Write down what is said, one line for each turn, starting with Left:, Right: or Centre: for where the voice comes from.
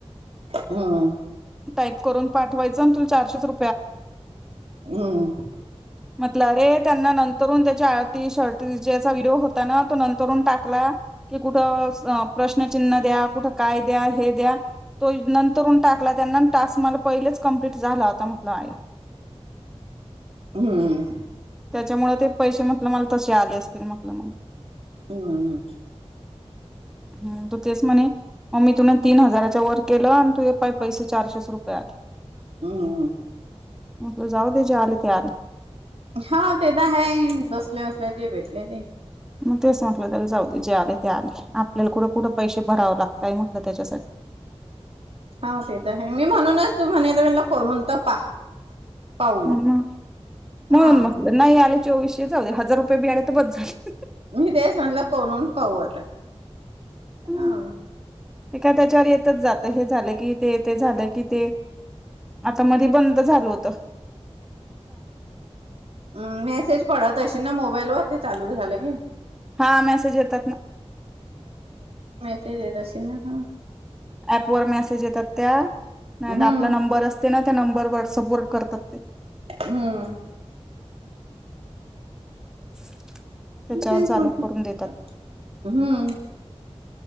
Right: हम्म.
Centre: टाईप करून पाठवायच ना तु चारशे रु
Right: हम्म.
Centre: म्हटलं अरे त्यांना नंतरून त्याच्या आटी शर्ती ज्याचा व्हिडिओ होता ना तो नंतरुन टाकला की कुठं स अ प्रश्नचिन्ह द्या कुठं काय द्या हे द्या तो नंतरुन टाकला त्यांना टास्क मला पहिलेच कम्प्लीट झाला होता म्हटलं आया.
Right: हम्म.
Centre: त्याच्यामुळे ते पैसे म्हटलं मला तसे आले असतील म्हटलं मग.
Right: हम्म
Centre: हम्म तो तेच म्हणे मम्मे तुन तीन हजाराच्या वर केलं आणि तूये पाय पैसे चारशे रुपये आले.
Right: हम्म.
Centre: म्हटलं जाऊ दे जे आले ते आले.
Right: हाव ते त हाये बस. आपले असले की भेटले ते
Centre: मग तेच म्हटलं त्याला जाऊ दे जे आले ते आले. आप पल्याला कुठं कुठं पैसे भरावं लागताय म्हटलं त्याच्यासाठी
Right: हाव ते तर आहे मी म्हणूनच तू म्हणे त करून तर पा. पाहू
Centre: <unintelligible> म्हणून
Right: मग हा
Centre: म्हटलं नाही आले- चोवीसशे जाऊदे हजार रुपये बी आले तर बस झाले.
Right: मी तेच म्हंटलं करून पाहू आता
Centre: हम्म,
Right: हं
Centre: ते काय त्याच्यावर येतच जात हे झालं की ते ते झालं की ते आता मधी बंद झालं होत.
Right: अ मेसेज पडत अशी ना मोबाईलवर ते चालू- झालं की
Centre: हा मेसेज येतात ना.
Right: ते देत अशिल ना ह
Centre: ॲपवर मेसेज येतात. त्या नायत
Right: हम्म
Centre: आपला नंबर असतो ना- त्या नंबर व्हाट्सअप वर करतात. ते.
Right: हम्म
Centre: <inaudible>
Right: तेच
Centre: चालू
Right: म्हटलं
Centre: करून देतात
Right: हूं